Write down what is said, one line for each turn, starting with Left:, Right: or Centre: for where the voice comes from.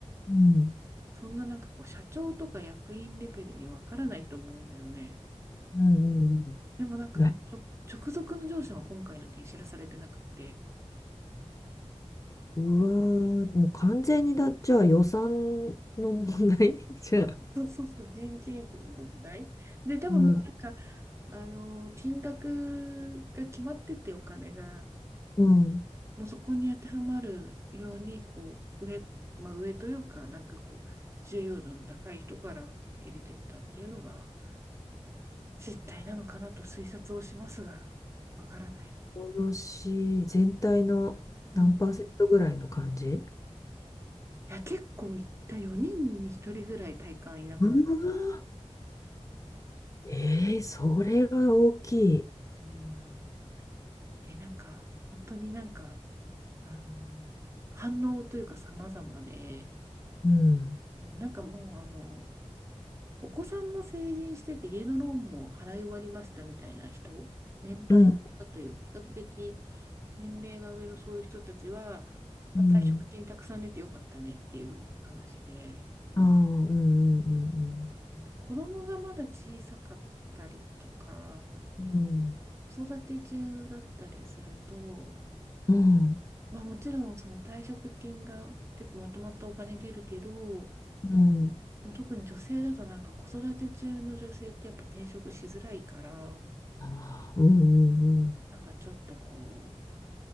Left: うん。
Right: そんななんかこう社長とか役員レベルにわからないと思うんだよね。
Left: うんうんうん
Right: でもなんかその直直属の上司は今回の件知らされてなくって、
Left: なうわー、もう完全にだ、じゃあ予算の問題 <laughs> じゃあ。
Right: そうそうそう、人件費の問題。で、多分もうなんか、
Left: うん、
Right: あの、金額が決まっててお金が。
Left: うん。
Right: もうそこに当てはまるように、こう、上、まあ上というか、なんかこう、重要度の高い人から入れてったっていうのが、実態なのかなと推察をしますが、わからない。
Left: 恐ろしい。全体の何パーセントぐらいの感じ
Right: うん。いや、結構いった4人に1人ぐらい体感いなくなっ
Left: うわー、えー、それは大きい。
Right: た。うん。で、なんか、本当になんか、あの、反応というか様々で、
Left: うん。
Right: うんなんかもう、あの、お子さんも成人してて家のローンも払い終わりましたみたいな人、年配だというか、
Left: うん。
Right: 比較的年齢が上のそういう人たちは、まあ、
Left: うん。
Right: 退職金たくさん出てよかったねっていう話で、
Left: ああ、うんうん
Right: で、子供がまだ小さかったりとか、
Left: うん。
Right: 子育て中だったりすると、
Left: うん。
Right: まあもちろんその退職金が結構まとまったお金出るけど、
Left: うんうん。うん。
Right: でも特に女性だとなんか子育て中の女性ってやっぱ転職しづらいから、
Left: ああ、うんうんうん。
Right: なんかちょっとこ